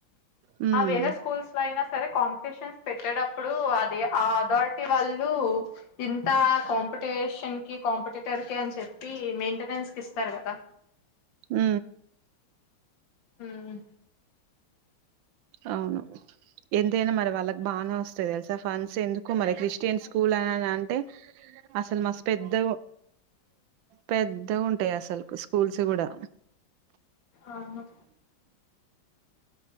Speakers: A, on the right (about 75°); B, on the left (about 65°).
A: హ్మ్.
B: ఆ వేరే స్కూల్స్ అయినా సరే కాం పిటీషన్స్ పెట్టేటప్పుడు అది ఆ అథారిటీ వాళ్ళు ఇంత కం టేషన్ కి కాంపిటేటర్ కి అని చెప్పి మెయింటెనెన్స్ కి ఇస్తారు కదా
A: ఉ
B: ఉహు
A: అవును ఎంతైనా మరి వాళ్ళకి బాగానే వస్తది తెలుసా ఫండ్స్ ఎందుకు మరి క్రిస్టియన్ స్కూల్ అని అంటే అసలు మస్ పెద్ద పెద్దగా ఉంటాయి అసలు సుక్ స్కూల్స్ కూడా
B: అవును